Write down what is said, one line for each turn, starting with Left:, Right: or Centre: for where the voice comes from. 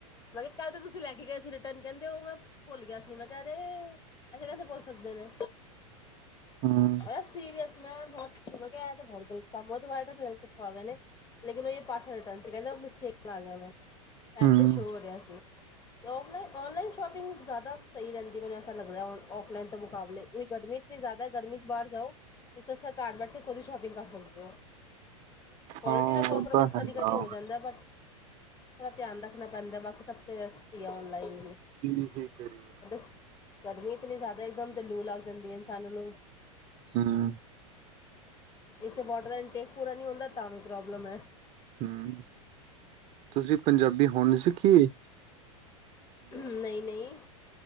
Left: ਮੈਂ ਕੱਲ ਤੇ ਤੁਸੀਂ ਲੈ ਕੇ ਗਏ ਸੀ ਰਿਟਰਨ ਕਹਿੰਦੇ ਉਹ ਮੈਂ ਭੁੱਲ ਗਿਆ ਸੀ ਮੈਂ ਕਹਿ ਰਹੇ ਐੇ ਕੈਸੇ ਭੱਲ ਸਕਦੇ ਨੇ
Right: ਹੂੰ
Left: ਅ ਸੀਰੀਅਸ ਮੈਂ ਸੁ ਕਿਹਾ ਬਤ ਗਲਪ ਮੈਂ ਬ ਲੈੱਥ ਗ ਨੇ ਲੇਕਨ ਉਹਹੀ ਪਾਸੇ ਰਿਟਨ ਸੀ ਕਹਿੰ ਮਿਸੇਕ ਲਗ ਗਿਆ ਮੈਂ ਐਪ
Right: ਹੂੰ
Left: ਤੇ ਸ਼ੋਅ ਰਿਹਾ ਸੀ ਤੇ ਫਲਾਈਨ ਔਨਲਾਈਨ ਸ਼ੋਪਿੰਗ ਜ਼ਿਆਦਾ ਸਹੀ ਰਹਿੰਦੀ ਮੈਨੂੰ ਐਾ ਲੱਗਦਾ ਔਫਲਾਈਨ ਮੁਕਾਬਲੇ ਤੁਂ ਗਰਮੀ ਇਤਨੀ ਜ਼ਿਆਦਾ ਹੈ ਗਰਮੀ ਚ ਬਾਹਰ ਜਾਓ ਜ ਅੱਛਾ ਘਰ ਬੈਠੇ ਖੁਦ ਹੀ ਸ਼ੋਪਿੰਗ ਕਰ ਸਕਦੇ ਹੋ ਕੁਆਲਿਟੀ
Right: ਹਾਂ
Left: ਦਾ ਕੰਪ੍ਰੋਮਾਈਜ਼
Right: ਉਹ ਤਾਂ
Left: ਕਦੀ
Right: ਹੈਗਾ
Left: ਕਦੀ ਹੋ
Right: ਵਾ
Left: ਜਾਂਦਾ ਬਟ ਥੋੜ੍ਹਾ ਧਿਆਨ ਰੱਖਣਾ ਪੈਂਦਾ ਬਾਕੀ ਸਭ ਸਟੀ ਔਨਲਾਈਨ
Right: ਕੀ ਹੀ ਕਰੀਏ।
Left: ੱਸ ਗਰਮੀ ਇਤਨੀ ਜ਼ਿਆਦਾ ਇੱਕਦਮ ਦਲਿ ਲੱਗ ਜਾਂਦੀ ਹੈ ਇਨ ਸਾਨ ਨੂੰ
Right: ਹਮ
Left: ਇੱਥੇ ਬੋਡਰ ਦਾ ਇਨਟੇਕ ਪੂ ਨੀ ਹੁੰਦਾ ਤਾਂ ਵੀ ਪ੍ਰੋਬਲਮ ਹੈ
Right: ਹਮ ਤੁਸੀਂ ਪੰਜਾਬੀ ਹੋੁਣ ਸਿੱਖੀਏ
Left: ਹੂ ਨਹੀਂ ਨਹੀਂ